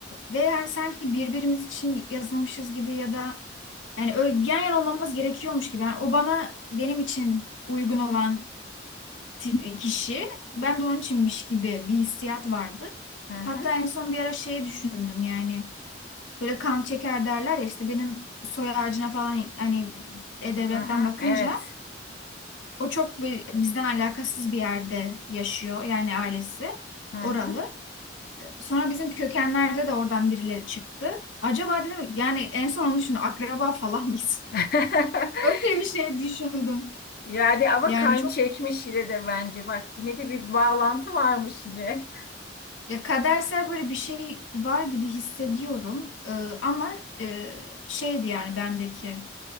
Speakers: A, on the left (about 85°); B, on the left (about 50°).
A: ve yani sanki birbirimiz için yazılmışız gibi ya da Yani öyle yan yana olmamız gerekiyormuş gibi. Yani o bana benim için uygun olan ti- kişi ben de onun içinmiş gibi bir hissiyat vardı.
B: hı hı,
A: Hatta en son bir ara şey düşündüm yani böyle kan çeker derler ya işte benim soy ağacına falan hani e-devletten
B: hı hı,
A: bakınca
B: evet.
A: o çok bir, bizden alakasız bir yerde yaşıyor yani ailesi
B: Hı hı.
A: oralı. Sonra bizim kökenlerde de oradan birileri çıktı. Acaba dedim yani en son onu düşündüm akraba falan mıyız?
B: <laughs>
A: <laughs> Öyle bir şey düşündüm.
B: Yani ama
A: Yani
B: kan
A: çok
B: çekmiş yine de bence. Bak yine de bir bağlantı varmış yine.
A: ya kadersel böyle bir şey var gibi hissediyorum. Ee, ama e, şeydi yani bendeki